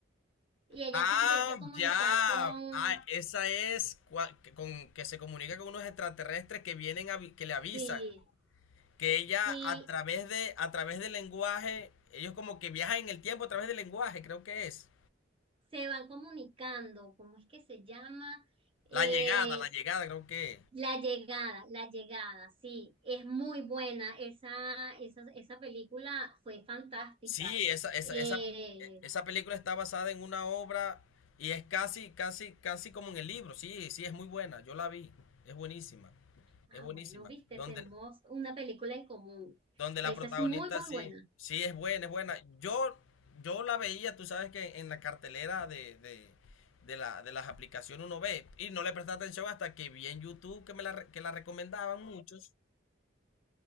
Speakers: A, on the right (about 30°); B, on the left (about 80°).
A: y ella
B: Ah,
A: se empieza a comunicar
B: ya.
A: con,
B: Ah, esa es cua- que- con que se comunica con unos extraterrestres que vienen a, vi- que le avisan
A: sí,
B: que ella
A: sí,
B: a través de a través del lenguaje, ellos como que viajan en el tiempo a través del lenguaje, creo que es.
A: se van comunicando, ¿cómo es que se llama? Eh,
B: La llegada, la llegada, creo que es.
A: la llegada, la llegada, sí, es muy buena, esa, esa, esa película fue fantástica.
B: Sí, esa, esa,
A: Eh,
B: esa, esa película está basada en una obra y es casi, casi, casi como en el libro. Sí, sí, es muy buena. Yo la vi. Es buenísima.
A: ah,
B: Es buenísima.
A: bueno, viste,
B: Donde,
A: tenemos una película en común,
B: donde la
A: esa
B: protagonista
A: es muy, muy
B: sí,
A: buena.
B: sí es buena, es buena. Yo, yo la veía, tú sabes que en la cartelera de, de, de la, de las aplicaciones uno ve y no le presta atención hasta que vi en YouTube que me la, re- que la recomendaban muchos.